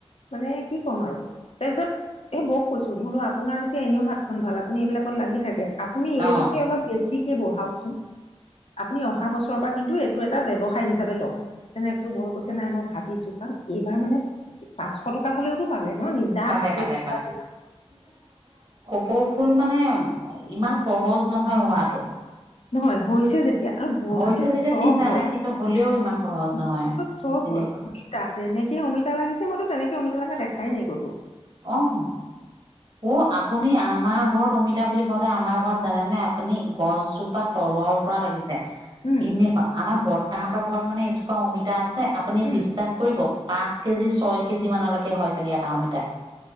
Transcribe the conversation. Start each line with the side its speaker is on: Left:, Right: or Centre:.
Left: মানে কি ক'ম আৰু। তাৰপিছত এই বৌক কৈছোঁ বোলো আপোনাৰ যেতিয়া এনেও হাতখন ভাল। আপুনি এইবিলাকত লাগি থাকে। আপুনি এইটোকে
Right: অ
Left: অলপ বেছিকে বহাওঁকচোন। আপুনি অহা বছৰৰ পৰা কিন্তু এইটো এটা ব্যৱসায় হিচাপে লওঁক। তেনে কৈছো বৌয়ে কৈছে নাই? মই ভাবিছো কাৰণ এইবাৰ মানে পাঁচশ টকা হলেওঁতো পালে অহ নিজা
Right: পালে
Left: হাতে
Right: পালে
Left: কিবা
Right: কপৌফুল মানে ইমান সহজ নহয় হোৱাটো।
Left: নহয় হৈছে যেতিয়া আৰু বোৰহাটত
Right: হৈছে যেতিয়া
Left: চব
Right: চিন্তা
Left: হয়
Right: নাই কিন্তু হ'লেও ইমান সহজ নহয়
Left: বহুত চব,
Right: তেনেকুৱা
Left: অমিতা, যেনেকে অমিতা লাগিছে মইতো তেনেকে অমিতা লগা দেখাই নাই কতোঁ।
Right: অহ, অহ আপুনি আমাৰ ঘৰত অমিতা বুলি কওঁতে আমাৰ ঘৰত। জানেনে আপুনি গছজোপা তলৰ পৰা লাগিছে
Left: উম
Right: এনেকুৱা আমাৰ। তাহঁতৰ ঘৰত মানে এজোপা অমিতা আছে। আপুনি
Left: উম
Right: বিশ্বাস কৰিব। পাঁচ কেজি ছয় কেজি মানলৈকে হয় চাগে এটা অমিতা